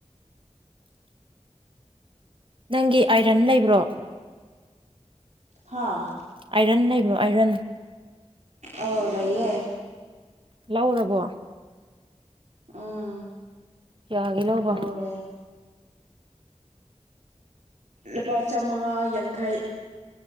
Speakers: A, on the right; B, on the right.
A: ꯅꯪꯒꯤ ꯑꯥꯏꯔꯟ ꯂꯩꯕ꯭ꯔꯣ꯫
B: ꯍꯥꯥ꯫
A: ꯑꯥꯏꯔꯟ ꯂꯩꯕ꯭ꯔꯣ ꯑꯥꯏꯔꯟ꯫
B: ꯑꯥꯎ ꯂꯩꯌꯦ꯫
A: ꯂꯧꯎꯔꯕꯣ꯫
B: ꯎꯝ꯫
A: ꯀꯌꯥꯒꯤ ꯂꯧꯕ꯫
B: ꯂꯧꯔꯦ ꯂꯨꯄꯥ ꯆꯥꯃꯉꯥ ꯌꯥꯡꯈꯩ꯫